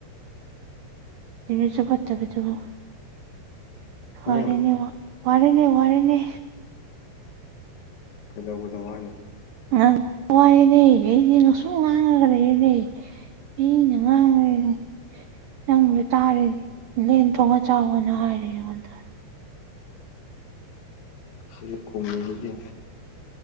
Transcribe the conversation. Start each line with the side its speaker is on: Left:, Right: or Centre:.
Right: ꯃꯤꯁꯨ ꯐꯠꯇꯕꯗꯨꯕꯨ ꯍꯣꯔꯦꯅꯦ
Left: ꯎꯝ
Right: ꯋꯥ ꯋꯥꯔꯦꯅꯦ ꯋꯥꯔꯦꯅꯦ
Left: ꯀꯩꯗꯧꯕꯂ ꯋꯥꯏꯅꯣ
Right: ꯉꯪ ꯋꯥꯏꯑꯦꯅꯦ ꯀꯩꯒꯤꯅꯣ ꯁꯨꯝ ꯉꯥꯡꯔꯒ ꯂꯩꯌꯦꯅꯦ ꯑꯩꯅ ꯉꯥꯡꯔꯦ ꯅꯪꯅ ꯇꯥꯔꯗꯤ ꯂꯦꯟ ꯊꯣꯡꯉ ꯆꯥꯎꯑꯣꯅ ꯍꯥꯏꯔꯦ ꯑꯩꯉꯣꯟꯗ
Left: ꯑꯩꯖꯨ ꯈꯨꯝꯃꯤꯗꯨꯗꯤ